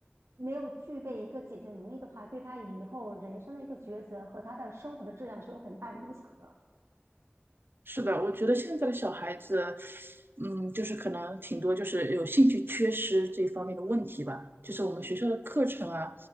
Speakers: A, on the right (about 80°); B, on the right (about 50°).
A: 没有具备一个解决能力的话，对他以后人生的一个抉择和他的生活的质量是有很大影响的。
B: 是的，我觉得现在的小孩子，嗯，就是可能挺多就是有兴趣缺失这方面的问题吧。就是我们学校的课程啊，